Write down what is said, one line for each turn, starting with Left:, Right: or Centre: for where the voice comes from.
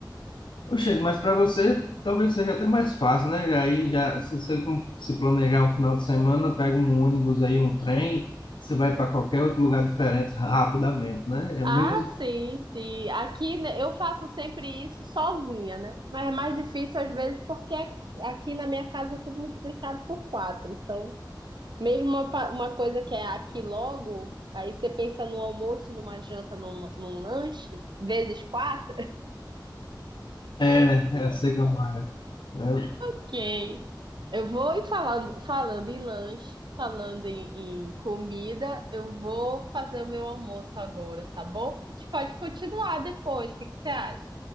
Left: Oxe, mas para você talvez seja até mais fácil, né? Já Aí já, se você com- se planejar um final de semana, pega um ônibus aí, um trem, você vai para qualquer outro lugar diferente rapidamente, né? É
Right: Ah,
Left: menos.
Right: sim, sim. Aqui né, eu faço sempre isso sozinha, né? Mas é mais difícil às vezes porque é, aqui na minha casa é tudo multiplicado por quatro. Então, mesmo uma, pa- uma coisa que é aqui logo, aí você pensa no almoço, numa janta, num, num lanche, vezes quatro.
Left: É, eu sei como é. É,
Right: Ok. Eu vou e falando, falando em lanche, falando em, em comida, eu vou fazer o meu almoço agora, tá bom? A gente pode continuar depois. O que que você acha?